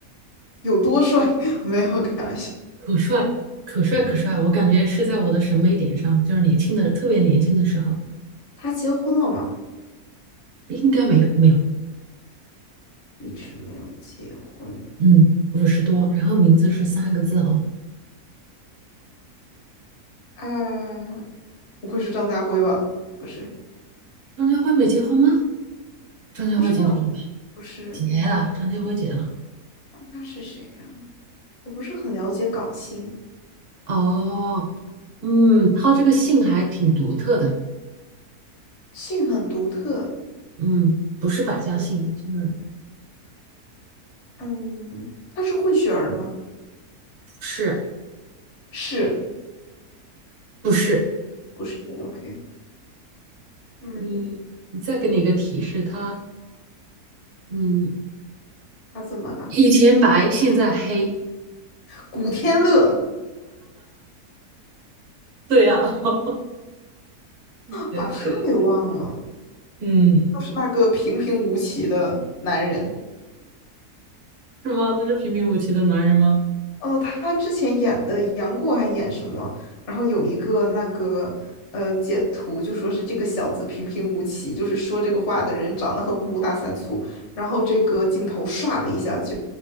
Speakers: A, on the left; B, on the right.
A: 有多帅？<laughs> 没有，开玩笑。
B: 可帅，可帅，
A: 嗯，
B: 可帅！我感觉是在我的审美点上，就是年轻的，特别年轻的时候，
A: 他结婚了吗？
B: 应该没有，没有。
A: 一直没有结婚
B: 嗯，五十多，然后名字是三个字哦。
A: 啊，不会是张家辉吧？不是，
B: 张家辉没结婚吗？张家辉结婚了吧？
A: 不知道，不是，
B: 结了，张家辉结了。
A: 那他是谁呀？我不是很了解港星，
B: 哦，嗯，他这个姓还挺独特的，
A: 姓很独特。
B: 嗯，不是百家姓，
A: 哦
B: 就是
A: 嗯，他是混血儿吗？
B: 不是
A: 是，
B: 不是，
A: 不是？OK，嗯，
B: 嗯。再给你一个提示，他嗯，
A: 他怎么了？
B: 以前白，现在黑。
A: 古天乐，
B: 对呀、<laughs> 对对，
A: 把他给忘了，
B: 嗯，
A: 就是那个平平无奇的男人。
B: 是吗？他是平平无奇的男人吗？
A: 哦，他之前演的杨过还演什么？然后有一个那个呃截图，就说是这个小子平平无奇，就是说这个话的人长得很五大三粗。然后这个镜头唰的一下就